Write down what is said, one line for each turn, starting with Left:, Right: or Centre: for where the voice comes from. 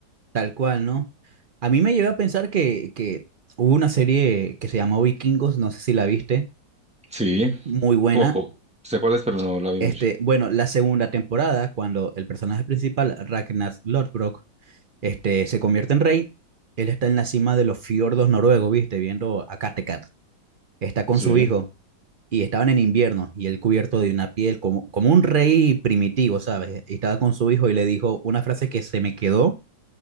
Right: tal cual, ¿no? A mí me lleva a pensar que, que hubo una serie que se llamó Vikingos, no sé si la viste,
Centre: Sí,
Right: muy buena.
Centre: un poco. Sé cuál es, pero no la vi
Right: Este,
Centre: mucho.
Right: bueno, la segunda temporada, cuando el personaje principal, Ragnar Lodbrok, este, se convierte en rey, él está en la cima de los fiordos noruegos, ¿viste? Viendo a Kattegat. Está con
Centre: Sí.
Right: su hijo y estaban en invierno y él cubierto de una piel como, como un rey primitivo, ¿sabes? Y Estaba con su hijo y le dijo una frase que se me quedó